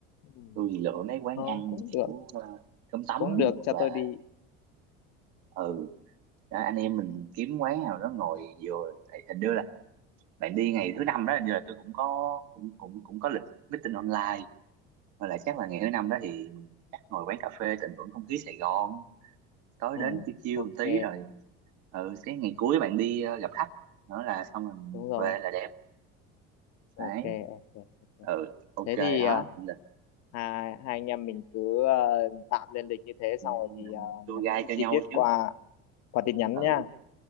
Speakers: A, on the left; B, on the right.
A: Ừ.
B: tôi thì lựa mấy quán
A: Ờ,
B: ăn
A: cũng
B: kiểu
A: được,
B: ờ, cơm tấm
A: cũng được,
B: hoặc
A: cho tôi
B: là
A: đi.
B: ừ đó, anh em mình kiếm quán nào đó ngồi vừa tại hình như là bạn đi ngày thứ năm đó hình như là tôi cũng có cũng cũng cũng có lịch meeting online và là chắc là ngày thứ năm đó thì mình chắc ngồi quán cà phê tận hưởng không khí Sài Gòn tối
A: Ừ,
B: đến chiêu chiêu
A: ok,
B: một tí rồi ừ cái ngày cuối bạn đi ờ, gặp khách nữa là xong rồi mình
A: đúng rồi.
B: về là đẹp
A: Ok,
B: đấy
A: ok, ok.
B: ừ ok
A: Thế
B: đó
A: thì ờ,
B: lịch
A: hai, hai anh em mình cứ ờ, tạm lên lịch như thế,
B: ừ,
A: xong rồi thì ờ,
B: tour
A: nhắn
B: guide cho
A: chi
B: nhau
A: tiết
B: trước
A: qua, qua tin nhắn
B: ừ
A: nha.